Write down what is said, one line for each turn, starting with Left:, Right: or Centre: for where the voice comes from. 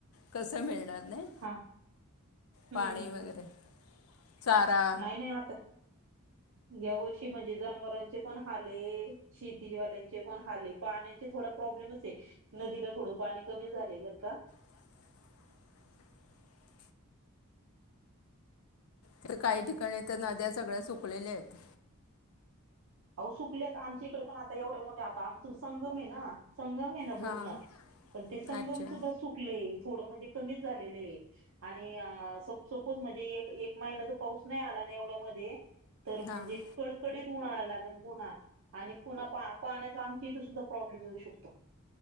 Left: कसं मिळणार. नाही
Right: हा हम्म
Left: पाणी
Right: हम्म
Left: वगैरे
Right: हम्म.
Left: चारा
Right: नाही नाही आता या वर्षी म्हणजे जनावरांचे पण हले शेतीवाल्यांचे पण हले पाण्याचे थोड प्रॉब्लेम आहे नदीला थोडं पाणी कमी झाले बर का
Left: <unintelligible> तर काही ठिकाणी तर नद्या सगळ्या सुकलेल्या आहेत.
Right: अहो सुकल्यात आमच्या इकडे पण आता एवढ्या मोठ्या आता आमच संगम आहे ना संगम आहे ना पूर्ण
Left: हां
Right: पण ते संगम
Left: अच्छा
Right: सुद्धा सुकले थोड म्हणजे कमीच झाले आणि सपोज म्हणजे महिना पाऊस नाही आला व तर म्हणजे
Left: हां
Right: कडकडीत उ्हा पुन्हा आणि पुन्हा पाहण्याचा आमच्या इथ सुद्धा प्रॉब्लेम येऊ शकतो